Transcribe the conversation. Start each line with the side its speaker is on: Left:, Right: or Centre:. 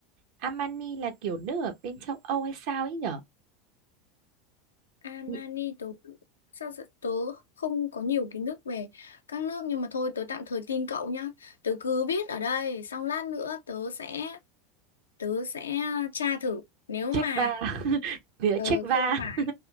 Right: Armani là kiểu nước ở bên châu Âu hay sao ấy nhở?
Left: Armani
Right: Nhị-
Left: tớ sao giờ- tớ không có nhiều kiến thức về các nước nhưng mà thôi tớ tạm thời tin cậu nhá tớ cứ viết ở đây xong lát nữa tớ sẽ tớ sẽ tra thử nếu mà
Right: Czech va. <laughs> Địa
Left: ờ,
Right: Czech va.
Left: không phải
Right: <laughs>